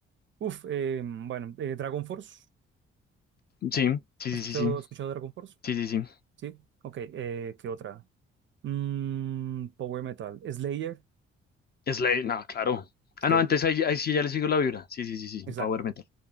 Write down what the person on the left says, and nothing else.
Sí, sí,
sí, sí, sí,
sí, sí, sí.
Slade, no, claro.
Ah, no, antes ahí, ahí sí ya le sigo la vibra. Sí, sí, sí, sí,
Power Metal.